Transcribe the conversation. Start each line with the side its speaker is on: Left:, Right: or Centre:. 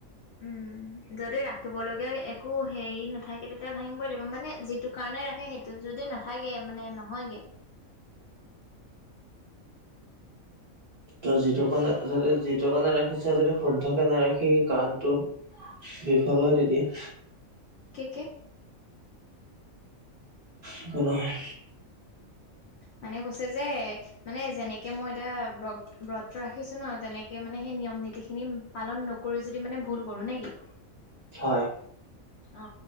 Left: উম। যদি ৰাখিব লগগীয়া একো হেৰি নাথাকে তেতিয়া ভাঙিবই লাগিব মানে যিটো কাৰণে ৰাখে সেইটো যদি নাথাকে মানে নহয়গে।
Right: ত যিটো কাৰণে যদি যিটো কাৰণে ৰাখিছে যদি শুদ্ধকে নাৰাখি কাৰণটো বিফল হয় তেতিয়া।
Left: কেকে
Right: একো নহয়।
Left: মানে কৈছে যে মানে যেনেকে মই এতিয়া ব্ৰত ব্ৰত ৰাখিছো ন তেনেকে মানে সেই নিয়ম নীতি খিনি পালন নকৰি যদি মানে ভুল কৰো নে কি!
Right: হয়।
Left: অ